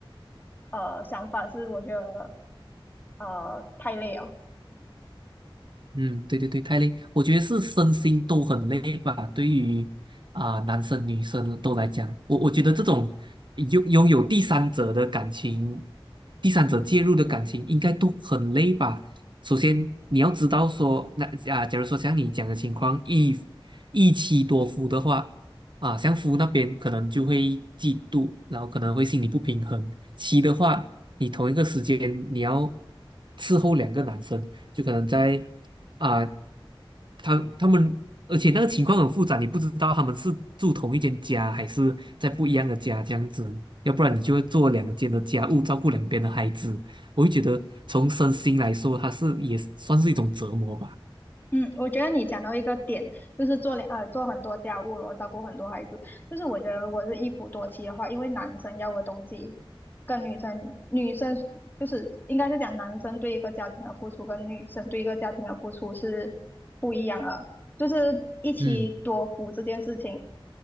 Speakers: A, on the left; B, on the right.
A: 呃想法是，我觉得呃太累了。
B: 嗯，对对对，太累，我觉得是身心都很累吧。对于啊、男生女生都来讲，我我觉得这种拥拥有第三者的感情，第三者介入的感情，应该都很累吧。首先你要知道说，那啊，假如说像你讲的情况，一一妻多夫的话，啊，像夫那边可能就会嫉妒，然后可能会心理不平衡。妻的话，你同一个时间你要伺候两个男生。就可能在啊，他他们，而且那个情况很复杂，你不知道他们是住同一间家，还是在不一样的家这样子，要不然你就会做两间的家务，照顾两边的孩子。我会觉得从身心来说，它是也算是一种折磨吧。
A: 嗯，我觉得你讲到一个点，就是做了呃做很多家务，然后照顾很多孩子。就是我觉得如果是一夫多妻的话，因为男生要的东西跟女生女生就是应该是讲男生对一个家庭的付出跟女生对一个家庭的付出是不一样的。就是一妻多夫这件事情，
B: 嗯